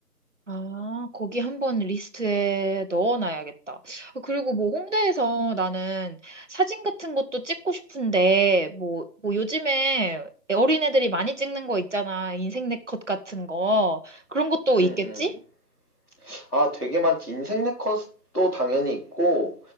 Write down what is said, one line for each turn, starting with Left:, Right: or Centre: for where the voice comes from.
Right: 아, 거기 한번 리스트에 넣어놔야겠다. 아, 그리고 뭐 홍대에서 나는 사진 같은 것도 찍고 싶은데, 뭐, 뭐 요즘에 어린애들이 많이 찍는 거 있잖아. 인생 네컷 같은 거. 그런 것도
Centre: 음,
Right: 있겠지?
Centre: 음. 아, 되게 많지. 인생 네컷도 당연히 있고